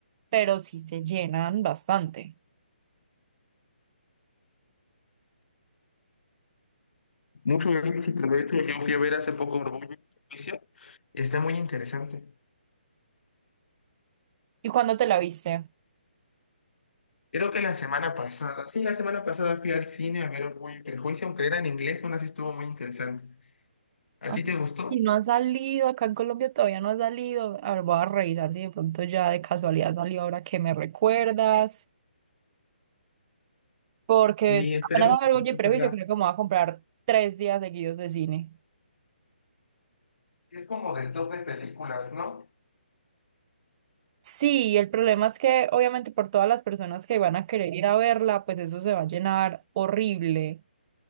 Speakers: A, on the right; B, on the left.
A: pero sí se llenan bastante.
B: Mucho éxito. De hecho, yo fui a ver hace poco Orgullo y Prejuicio. Está muy interesante.
A: ¿Y cuándo te la viste?
B: Creo que la semana pasada, sí, la semana pasada fui al cine a ver Orgullo y Prejuicio, aunque era en inglés, aún así estuvo muy interesante. ¿A
A: Ah,
B: ti te gustó?
A: y no han salido, acá en Colombia todavía no ha salido. A ver, voy a revisar si de pronto ya de casualidad salió ahora que me recuerdas, porque
B: Sí, esperemos
A: apenas hago
B: que
A: algo
B: pronto
A: y prejuicio,
B: salga.
A: creo que me voy a comprar tres días seguidos de cine.
B: Es como del top de películas, ¿no?
A: Sí, el problema es que obviamente por todas las personas que van a querer ir a verla, pues eso se va a llenar horrible.